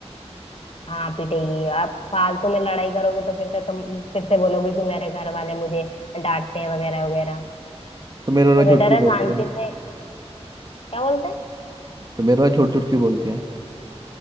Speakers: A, on the left; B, on the right.
A: हाँ पिटेगी आप फालतू में लड़ाई करोगे तो फिर से तुम फिर से बोलोगे कि मेरे घर वाले मुझे डांटते हैं वगैरह वगैरह
B: तो मेरे वाला
A: तो बेटर
B: झूठ क्यों
A: है
B: बोलती
A: शांति
B: है
A: से क्या बोलते हैं
B: तो मेरे वाला झूठ झूठ क्यों बोलती है